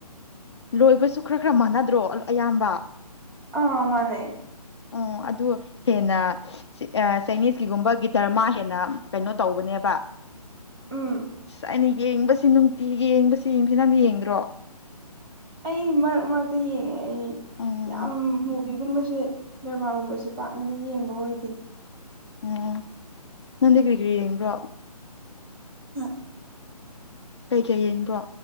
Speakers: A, on the left; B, on the right.
A: ꯂꯣꯏꯕꯁꯨ ꯈꯔ ꯈꯔ ꯃꯥꯟꯅꯗ꯭ꯔꯣ ꯑꯌꯥꯝꯕ
B: ꯑꯥ ꯃꯥꯅꯦ
A: ꯑꯣ ꯑꯗꯨ ꯍꯦꯟꯅ ꯆꯥꯏꯅꯤꯁꯀꯤꯒꯨꯝꯕ ꯒꯤꯇꯔꯃꯥ ꯍꯦꯟꯅ ꯀꯩꯅꯣ ꯇꯧꯕꯅꯦꯕꯁ
B: ꯎꯝ
A: ꯍꯥꯏꯅꯤ ꯌꯦꯡꯕꯁꯤ ꯅꯨꯡꯇꯤ ꯌꯦꯡꯕꯁꯤ ꯌꯦꯡꯁꯤ ꯅꯪꯗꯤ ꯌꯦꯡꯗ꯭ꯔꯣ
B: ꯑꯩ ꯃꯔꯛ ꯃꯔꯛꯇ ꯌꯦꯡꯉꯦ ꯑꯩ
A: ꯑꯣ
B: ꯌꯥꯝ ꯃꯨꯚꯒꯨꯝꯕꯁꯨ ꯁꯤꯦ ꯗꯔꯃꯥꯒꯨꯝꯕꯕꯁꯤꯦ ꯄꯥꯛꯅꯗꯤ ꯌꯦꯡꯕ ꯑꯣꯏꯗꯦ
A: ꯑꯣ ꯅꯪꯗꯤ ꯀꯔꯤ ꯀꯔꯤ ꯌꯦꯡꯕ꯭ꯔꯣ
B: ꯎꯝ
A: ꯀꯩꯀꯩ ꯌꯦꯡꯕ꯭ꯔꯣ